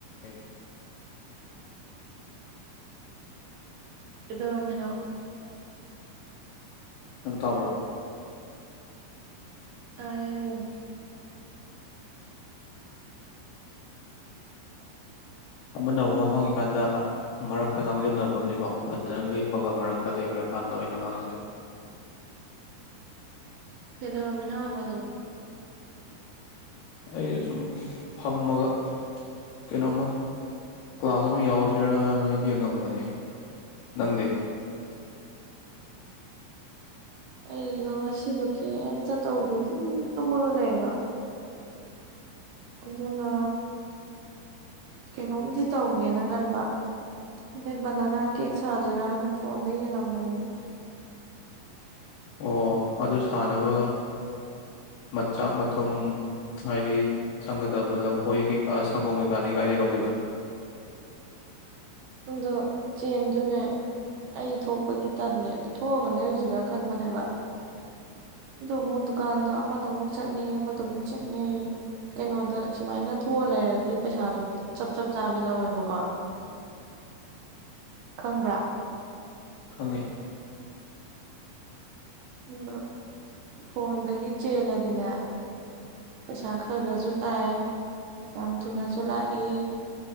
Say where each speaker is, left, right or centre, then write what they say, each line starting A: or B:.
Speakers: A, on the left; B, on the right.
A: ꯎ
B: ꯀꯗꯧꯔꯃꯤꯅꯣ
A: ꯅꯪ ꯇꯥꯕ꯭ꯔꯣ
B: ꯇꯥꯢꯑꯦ
A: ꯑꯃꯅ ꯋꯥ ꯉꯥꯡꯉꯤꯀꯥꯟꯗ ꯃꯔꯛꯇ ꯉꯥꯡꯁꯤꯟꯅꯒꯨꯝꯅꯤꯀꯣ ꯐꯖꯅ ꯂꯦꯞꯄꯒ ꯃꯔꯛꯇ ꯂꯩꯈ꯭ꯔꯀꯥꯟꯗ ꯑꯣꯏꯅ ꯉꯥꯡꯖꯩ
B: ꯀꯗꯧꯕꯤꯅꯥꯕꯗꯨꯣ
A: ꯑꯩ ꯁꯨꯝ ꯐꯝꯃꯒ ꯀꯩꯅꯣꯃ ꯀ꯭ꯂꯥꯁ ꯑꯃ ꯌꯥꯎꯁꯤꯔꯅ ꯌꯦꯡꯉꯝꯕꯅꯦ
B: <inaudible>
A: ꯇꯪꯗꯦ
B: ꯑꯩꯗꯣ ꯉꯥꯁꯤꯗꯣ ꯀꯔꯤꯞꯇ ꯇꯧꯗꯦ ꯑꯗꯨꯝ ꯇꯨꯝꯃꯒ ꯂꯩꯑꯦꯕ ꯑꯗꯨꯅ ꯀꯩꯅꯣꯝꯗꯤ ꯇꯧꯒꯦꯅ ꯈꯟꯕ ꯑꯗꯩ ꯕꯅꯅꯥ ꯀꯦꯛ ꯁꯥꯁꯤꯔꯅ ꯐꯣꯟꯗ ꯌꯦꯡꯉꯝꯕꯅꯤꯗ
A: ꯑꯣ ꯑꯗꯨ ꯁꯥꯟꯅꯕ ꯃꯆꯥꯛ ꯃꯊꯨꯝ ꯍꯥꯏꯗꯤ ꯆꯪꯒꯗꯕ ꯂꯐꯣꯏ ꯀꯩꯀꯥ ꯁꯪꯒꯣꯝ ꯀꯩꯀꯥꯗꯤ ꯀꯥꯏꯗꯒꯤꯩ ꯂꯧꯗꯣꯏꯕ
B: ꯑꯗꯣ ꯆꯦꯟꯗꯨꯅꯦ ꯑꯩ ꯊꯣꯛꯄꯗꯤ ꯇꯜꯂꯦ ꯊꯣꯛꯑꯒ ꯂꯩ ꯍꯧꯁꯤꯔꯥ ꯈꯟꯕꯅꯦꯕ ꯑ ꯑꯃꯨꯛ ꯗꯨꯀꯥꯟꯗꯣ ꯑꯃꯗ ꯑꯃꯨꯛ ꯆꯠꯅꯤ ꯑꯃꯗꯃꯨꯛ ꯆꯠꯅꯤ ꯀꯩꯅꯣꯗ ꯁꯨꯃꯥꯏꯅ ꯊꯣꯛꯑ ꯂꯩꯔꯗꯤ ꯄꯩꯁꯥꯗꯣ ꯆꯞ ꯆꯞ ꯆꯥꯕꯤ ꯂꯧꯋꯦꯕꯀꯣ ꯈꯪꯕ꯭ꯔꯥ
A: ꯐꯉ
B: ꯑꯗꯣ ꯐꯣꯟꯗꯒꯤ ꯆꯦꯜꯂꯗꯅ ꯄꯩꯁꯥ ꯈꯔ ꯈꯔꯁꯨ ꯇꯥꯏ ꯌꯥꯝ ꯊꯨꯅꯁꯨ ꯂꯥꯛꯏ